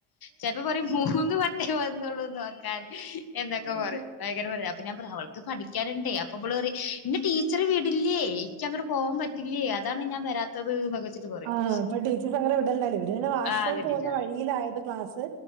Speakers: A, on the left; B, on the right.
A: ചിലപ്പോ പറയും മൂന്ന് വട്ടേ വന്നള്ളൂ നോക്കാൻ എന്നക്കെ
B: ഉം
A: പറയും അങ്ങനെ പറയും അപ്പൊ ഞാൻ പറയും അവൾക്ക് പഠി പഠിക്കാനുണ്ടേ അപ്പൊ ഇവള് ഇന്ന് ടീച്ചർ വീടില്ലേ എനിക്ക് അങ്ങടെ പോകാൻ പറ്റില്ലേ അതാണ് ഞാൻ വരാത്തേ ട്ടത് ന്നൊക്കെ വെച്ചിട്ട് പറയും
B: ആഹ് ഇപ്പ ടിച്ചറ് അങ്ങനെ വിടലല്ലേ ഇത് തന്നെ വാഷ്
A: ആ
B: റൂം
A: വിട്ടില്ല
B: പോകുന്ന വഴിയില ഇത് ക്ലാസ്